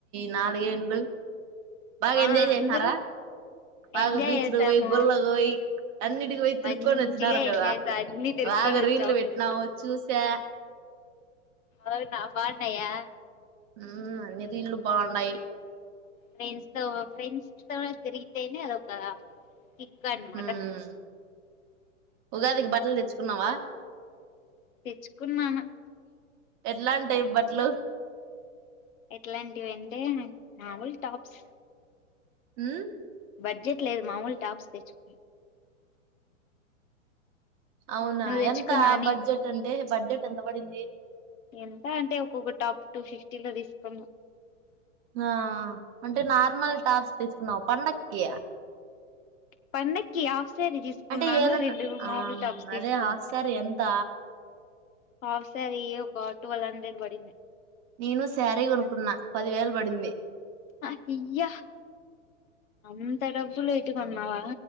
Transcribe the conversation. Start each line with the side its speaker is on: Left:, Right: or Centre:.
Right: నాలుగేన్లు బాగా
Left: ఆ
Right: ఎంజయిచేసినారా
Left: అందరూ
Right: బాగా
Left: ఎంజాయ్
Right: బీచ్లు
Left: చేసాము
Right: పోయి గుళ్ళకు పోయి అన్నిటికి పొయి, తిరుక్కొని
Left: మంచిగా
Right: వచ్చినారు గదా,
Left: ఎంజాయ్ చేసా అన్ని తిరుక్కొని
Right: వాగ
Left: వచ్చాం
Right: రీల్లు వెట్నావ్ చూశా.
Left: అవునా బాగున్నాయా
Right: ఊమ్! అన్ని రీలు బావున్నాయి.
Left: ఫ్రెండ్స్తో ఫ్రెండ్స్ తో తిరిగితేనే అది ఒక చిక్కన్, మటన్
Right: మ్మ్ ఉగాదికి బట్టలు తెచ్చుకున్నావా?
Left: తెచ్చుకున్నాను.
Right: ఎట్లాంటాయి బట్లు
Left: ఎట్లాంటివంటే, మామూల్ టాప్స్.
Right: మ్
Left: బడ్జెట్ లేదు మామూల్ టాప్స్ తెచ్చుకు
Right: అవునా
Left: నువ్వు తెచ్చుకున్నా
Right: ఎంతా
Left: అని
Right: బడ్జెట్ అంటే బడ్జెట్. ఏంత పడింది
Left: ఎంత అంటే ఒక్కొక్క టాప్ టూ ఫిఫ్టీ లో తీసుకున్నా
Right: ఆ అంటే నార్మల్ టాప్స్ తెచ్చుకున్నావు పండక్కి
Left: పండక్కి ఆఫ్ సారీ తీసుకున్నాను
Right: అంటే ఏదన్నా
Left: రెండు
Right: ఆ
Left: మామూలు టాప్స్
Right: అదే
Left: తీసుకుం
Right: హాఫ్ శారీ ఎంత
Left: ఆఫ్ సారీ ఒక ట్టువల్వ్ హండ్రెడ్ బడిది
Right: నేను సారీ కొనుక్కున్నా పదివేలు పడింది
Left: ఆ ఇయ్య అంత డబ్బులు ట్టి కొన్నావా